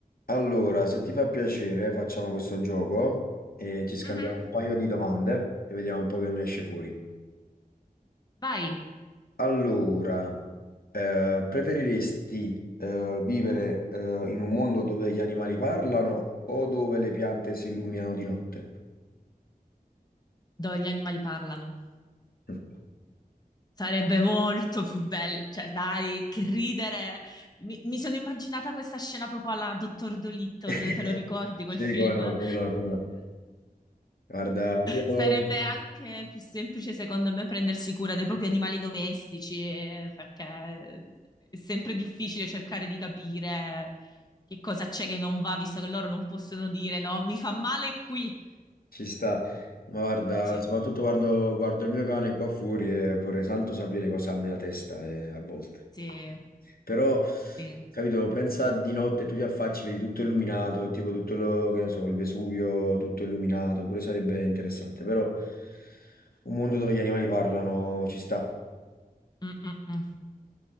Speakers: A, on the left (about 75°); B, on the left (about 25°).
A: Allora, se ti fa piacere, facciamo questo gioco e ci scambiamo
B: Mhm.
A: un paio di domande e vediamo un po' che ne esce fuori.
B: Vai,
A: Allora, eh, preferiresti eh, vivere eh, in un mondo dove gli animali parlano o dove le piante si illuminano di notte?
B: dove gli animali parlano.
A: Mm.
B: Sarebbe molto più bello, cioè dai, che ridere. Mi, mi sono immaginata questa scena proprio alla Dottor Dolittle,
A: <laughs>
B: te lo ricordi quel
A: Sì,
B: film?
A: come no,
B: <laughs>
A: come no, come no. Guarda, io
B: Sarebbe anche più semplice, secondo me, prendersi cura dei propri animali domestici, eh, perché è sempre difficile cercare di capire che cosa c'è che non va, visto che loro non possono dire no, mi fa male qui.
A: ci sta. Ma Guarda,
B: Sì,
A: soprattutto quando guardo il mio cane qua fuori e vorrei tanto sapere cosa ha nella testa eh, a volte.
B: sì,
A: Però,
B: sì.
A: capito, pensa di notte tu ti affacci, vedi tutto illuminato, tipo tutto lo, che ne so, il Vesuvio tutto illuminato, pure sarebbe interessante, però un mondo dove gli animali parlano ci sta,
B: Mm, mm, mm.